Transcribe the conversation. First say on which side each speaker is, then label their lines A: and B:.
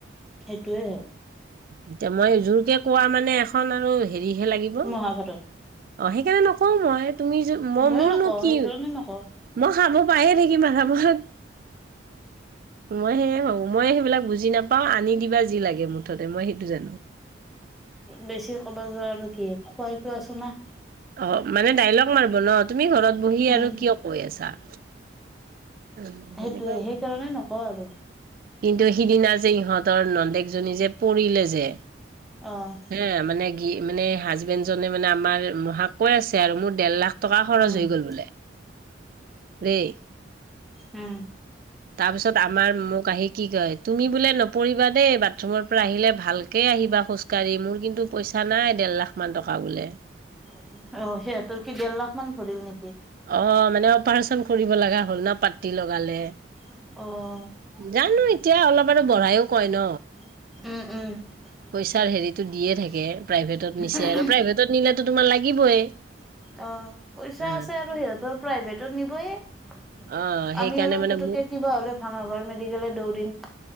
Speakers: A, in the centre; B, on the right.
A: সেইটোৱে হয়
B: এতিয়া মই জোৰকে কোৱা মানে এখন আৰু হেৰিহে লাগিব অ
A: মহাভাৰত
B: সেইকাৰণে নকওঁ মই তুমি য মই
A: ময়ো
B: মোৰনো
A: নকওঁ
B: কি
A: সেইকাৰণে নকওঁ
B: মই খাব পায়ে থাকিম আৰামত। ও। মই সেয়াই ভাবো মই সেইবিলাক বুজি নাপাওঁ আনি দিবা যি লাগে মুঠতে মই সেইটো জানো
A: বেছি ক'ব যোৱা আৰু কি খোৱাইতো আছোঁ না
B: অ' মানে ডাইলগ মাৰিব ন তুমি ঘৰত বহি
A: উম
B: আৰু কিয় কৈ আছা উম,
A: সেইটোয়ে,
B: সেনেকুৱা
A: সেইকাৰণে নকওঁ আৰু।
B: কিন্তু সিদিনা যে ইহঁতৰ নন্দেকজনী যে পৰিলে যে।
A: অ'।
B: এ মানে, কি মানে হাজবেণ্ডজনে মানে আমাৰ হা' কয় আছে আৰু মোৰ দেৰ লাখ টকা খৰচ
A: উম
B: হৈ গ'ল বোলে, দেই।
A: উম।
B: তাৰপিছত আমাৰ, মোক আহি কি কয় তুমি বোলে নপৰি ৰিবা দেই, বাথৰুমৰ পৰা আহিলে ভালকে আহিবা খোজকাঢ়ি, মোৰ কিন্তু পইছা নাই দেৰ লাখ মান টকা বোলে।
A: অ', সিহঁতৰ কি ডেৰ লাখ মান ভৰিল নেকি।
B: অ', মানে অপাৰেচন কৰিব লগা হ'ল ন পাতি লগালে।
A: অ', উম
B: জানো এতিয়া অলপ আৰু
A: উম।
B: বঢ়াইও কয় ন
A: <unintelligible> অ',
B: পইচাৰ হেৰিটো দিয়ে
A: পইচা
B: থাকে প্ৰাইভেটত নিছে
A: আছে
B: আৰু প্ৰাইভেটত নিলেতো তোমাৰ
A: আৰু
B: লাগিবই
A: সিহঁতৰ
B: অ'
A: প্ৰাইভেটত নিবয়ে।
B: অ' সেইকাৰণে
A: আমি আৰু
B: মানে
A: পোতোতকে
B: মোক
A: কিবা হ'লে ভাঙাঘৰ মেডিকলে দৌৰিম।